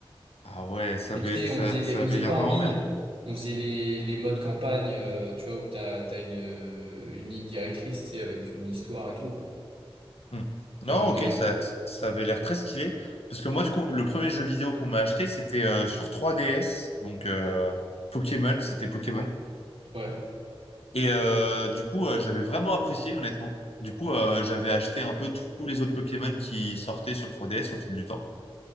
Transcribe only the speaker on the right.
Mais
tu sais,
on faisait les,
on
faisait
pas en
ligne,
on faisait les, les modes campagne, euh, tu vois, où t'as, t'as une, une ligne directrice, tu sais, avec une histoire et tout, quoi.
Mais on adorait.
Ouais,